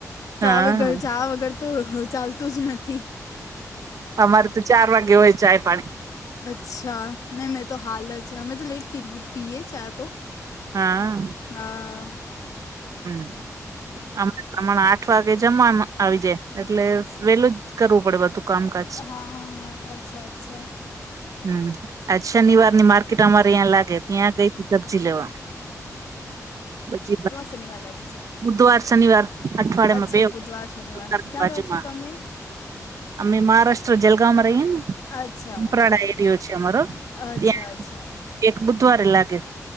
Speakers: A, on the right; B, on the left.
A: હા
B: ચા વર ચા વગર તો ચાલતું જ નથી.
A: અમારે તો ચાર વાગે હોય ચાય પાણી
B: અચ્છા નહીં મેં તો હાલત મેમેં તો લેટ પી પીએ ચા તો
A: હા
B: હ
A: હમ હમણા આઠ વાગે જમવામા આવી જાય એટલે વેલું જ કરવું પડે બધું કામકાજ
B: હા હા અચ્છા અચ્છા
A: હમ આજ શનવારની માર્ક તમારે અહીંયા લાગે ત્યાં ગઈ સબ્જી લેવા પછી.
B: સનીવા લાગ છે.
A: બુધવાર શનિવાર અઠવાડિયા
B: અચ્છા
A: માં બે વખત
B: બુધવાર શનિવાર ક્યાં
A: બાજુમાં
B: રહો છો તમે
A: અમે મહારાષ્ટ્ર જલગામંમાં રહીએ ને
B: અચ્છા
A: કપરાડા એરયો છે અમારો
B: અચ્છા
A: ત્યાં
B: અચ્છા
A: એક બુધવારે લાગે